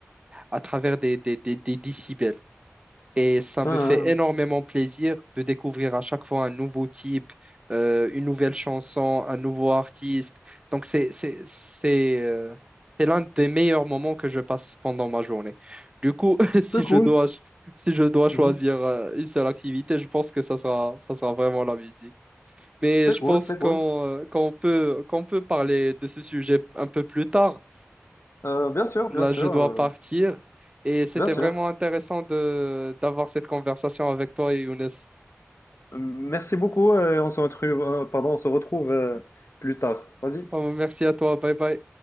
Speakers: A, on the right; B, on the left.
A: à travers des, des, des, des décibels. Et ça
B: mhm.
A: me fait énormément plaisir de découvrir à chaque fois un nouveau type, euh, une nouvelle chanson, un nouveau artiste. Donc, c'est, c'est, c'est, euh, c'est l'un des meilleurs moments que je passe pendant ma journée. Du coup, <laughs> si
B: C'est cool.
A: je dois, si je dois choisir
B: Mhm.
A: euh, une seule activité, je pense que ça sera, ça sera vraiment la musique. Mais
B: C'est
A: je
B: cool,
A: pense
B: c'est
A: qu'on
B: cool.
A: euh, qu'on peut, qu'on peut parler de ce sujet un peu plus tard.
B: Euh, bien sûr,
A: Là,
B: bien sûr,
A: je dois
B: euh,
A: partir. Et c'était
B: bien sûr.
A: vraiment intéressant de d'avoir cette conversation avec toi et Younes.
B: Euh, Merci beaucoup. euh, on se retrouve, euh, pardon, on se retrouve euh, plus tard. Vas-y.
A: Oh, merci à toi. Bye bye.